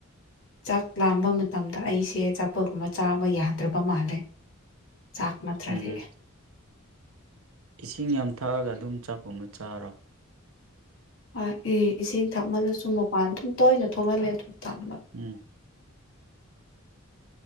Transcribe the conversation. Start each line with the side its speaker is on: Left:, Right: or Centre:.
Left: ꯆꯥꯛ ꯂꯥꯝꯕ ꯃꯇꯝꯗ ꯑꯩꯁꯦ ꯑꯆꯥꯄꯣꯠꯀꯨꯝꯕ ꯆꯥꯕ ꯌꯥꯗ꯭ꯔꯕ ꯃꯥꯜꯂꯦ ꯆꯥꯛ ꯅꯠꯇ꯭ꯔꯗꯤ
Right: ꯎꯝ ꯏꯁꯤꯡ ꯌꯥꯝ ꯊꯛꯑꯒ ꯑꯗꯨꯝ ꯆꯥꯛꯀꯨꯝꯕ ꯆꯥꯔꯣ
Left: ꯑꯦ ꯏꯁꯤꯡ ꯊꯛꯃꯜꯂꯁꯨ ꯃꯄꯥꯟ ꯑꯗꯨꯝ ꯇꯣꯏꯅ ꯊꯣꯛꯍꯜꯂꯦ ꯑꯗꯨ ꯇꯟꯕ
Right: ꯎꯝ